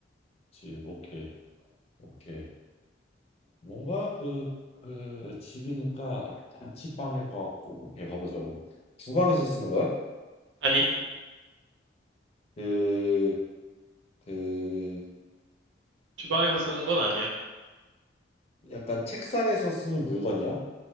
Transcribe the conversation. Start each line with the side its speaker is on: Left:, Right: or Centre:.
Left: 집, 오케이. 오케이. 뭔가 그, 그 집이니까 자취방일 것 같고 오케이 가보자고 주방에서 쓰는 거야?
Right: 아니,
Left: 그, 그
Right: 주방에서 쓰는 건 아니야.
Left: 약간 책상에서 쓰는 물건이야?